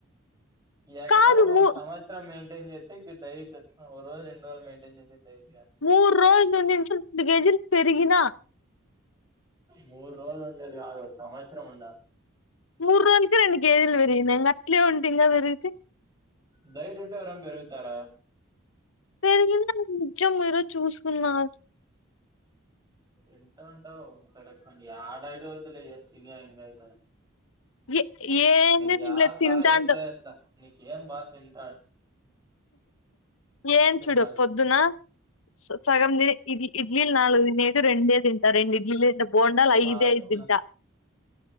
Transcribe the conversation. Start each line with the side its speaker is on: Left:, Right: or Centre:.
Right: ఎక్కడ
Left: కాదు
Right: ఒక
Left: మూ
Right: సంవత్సరం మెయింటైన్ చేస్తే ఇం డైట్ రోజు రెండు రోజులు మెయింటైన్ చేసేది డైట్ కాదు
Left: మూరు రోజులు ను రెండు కేజీలు పెరిగిన
Right: మూడు రోజులు ఉండది కాదు సంవత్సరం ఉండ
Left: మూడు రకి రెన్ని కే ఏజీలు వెరింది అట్లే ఉంటీంగా వెరిది
Right: దయ డ అరం పెరుగుతారా
Left: పెరిగిిన నించం మీరు చూసుకున్నారు
Right: తంటా ఉంటావు ఒక రక ఆడాడ వద్దులేయ తిన ఇం అయితే
Left: ఏ ఏంది
Right: జతలా
Left: తినలే తింటాంట
Right: ఎట్లా ఎట్లా నీకేం బా తింటాను
Left: ఏం
Right: నేను
Left: చూడు
Right: బర్
Left: పొద్దునా సగం ద ఇడ్లీ ఇడ్లీలి నాలుగు దినేదు రెండే తింతా రెండ్ ఇడ్లీలి బోండాల్ ఐదే
Right: అట్లా
Left: తింట